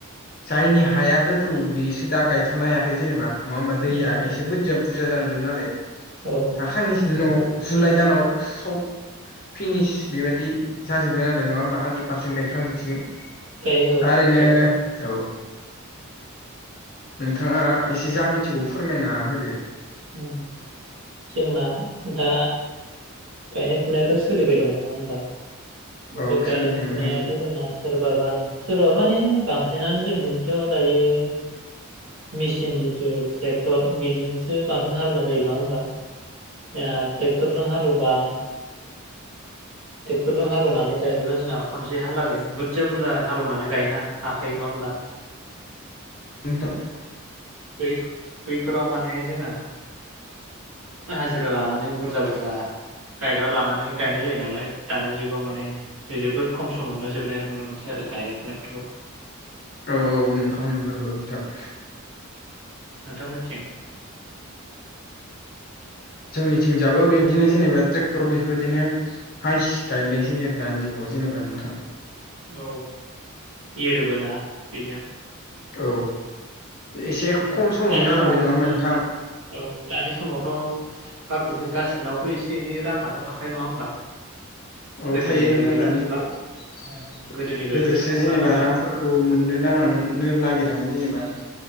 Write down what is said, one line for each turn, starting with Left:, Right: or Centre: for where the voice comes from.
Left: जायनि हाया गोथौ बेसो दा गायथ'नो हायाखै जेनेबा नङा होमबा दैया
Right: उम
Left: एसे बुरजाब बुरजा जानादों नालाय
Right: औ
Left: दाखान्नैसोनि दिनाव जुलाइ दानाव सब फिनिस बेबायाददि जाजोबगोन आरो नङा होमबा हानद्रेद पार्सेन्ट गायखांजोबसिगोन।
Right: गायो औ
Left: दा ओरैनो
Right: गायखांबाय
Left: औ। नोंथाङा एसे जा मिथिगै फोरमायना होदो।
Right: औ। जोंना दा गायनाय फुनायाथ' सोलिबाय दं नङा होमबा?
Left: औ
Right: बे गायनाय
Left: सोलिदों
Right: फुनायाथ'
Left: नोंथां सोलिदों
Right: जोंना सोरबाबा सोरबा माने बांसिनानो जों दिनोथ' दायो। मेसिन जिथु ट्रेक्टर बेजों सो बांसिन हालेवनाय जायो नङा होमबा जोंहा ट्रेक्टरजों हालेवबा ट्रेक्टरजों हालेनानै गायोब्ला जोंहा खनसे हालागायनो बुरजा बुरजा हालेवनानै गायोन हाखायो नङा होमबा?
Left: नोंथां
Right: बै बैफोराव माने जोङा हाजिरा लानानै बुरजा बुरजा गायग्रा लानानै गायनाय जायो नालाय दानि जुगाव माने जोबोद खम समावनो जोबनायखौ नुनो मोनसै आरो गायनाय फुनायफोरखौ
Left: औ औ नोंखां नोंगागौ नोंथां <unintelligible>
Right: नोंथांमोननिथिं
Left: जोंनिथिं जाबो बेबायदिनो जेनेबा ट्रेक्टर बेफोरदिनो हाइस गायलायनोसै आरो दानि जुगाव जेनेबा नोंथां
Right: औ एरोबोना बेजों
Left: औ एसे
Right: उम
Left: खम समावनो
Right: दानि
Left: जालांबाय
Right: समाव
Left: नङा होमबा
Right: उम
Left: नोंथां?
Right: औ दानि समावथ' गासिबोनावबो एसे एनै राङाथ' थाखायो नङा होमबा?
Left: औ
Right: गोदोनि
Left: थायो नोंथां
Right: बायदिथ'
Left: दानि
Right: नंला
Left: जुगाव।
Right: ओ गोदोनि बायदिथ'
Left: गोदोसो
Right: नंला
Left: जेनेबा
Right: नालाय
Left: रांफोरखौ मोननो नाङामोन नागिरामोन जेनेबा।
Right: उम